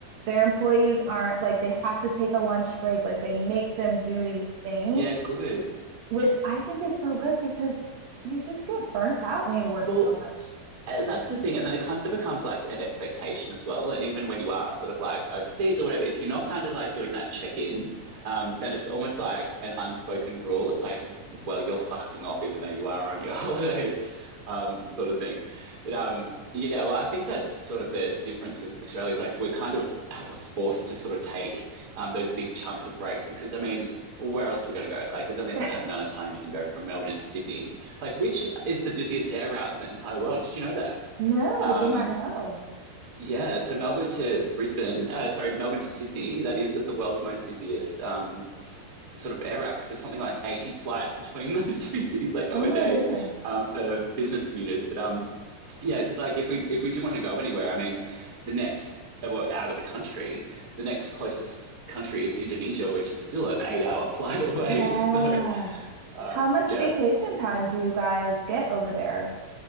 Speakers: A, on the right; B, on the right.
A: Their employees aren't like they have to take a lunch break, like they make them do these things
B: yeah, good.
A: which I think is so good because you just get burnt out when you work
B: Well,
A: so much.
B: and that's the thing. And then it kind of becomes like an expectation as well. And even when you are sort of like overseas or whatever, if you're not kind of like doing that check in, um, then it's almost like an unspoken rule. It's like, well, you're slacking off even though you are on your <laughs> holiday, um, sort of thing. But um, yeah, well, I think that's sort of the difference with Australia is like we're kind of we're forced to sort of take um, those big chunks of breaks because I mean, where else are we going to go? Like, there's only
A: Yes.
B: a certain amount of time you can go from Melbourne to Sydney like which is the busiest air route in the entire world. Did you know that?
A: No,
B: Um,
A: I did not know.
B: yeah, so Melbourne to Brisbane, uh, sorry, Melbourne to Sydney, that is the world's most busiest um, sort of air route because there's something like 80 flights between <laughs> those two cities that go
A: Oh
B: a
A: my
B: day
A: goodness.
B: um, for business commuters. But um, yeah, because like if we if we do want to go anywhere, I mean, the next uh, well out of the country, the next closest country is Indonesia, which is still an eight-hour <laughs> flight away.
A: Yeah.
B: So um,
A: How much
B: yeah,
A: vacation time do you guys get over there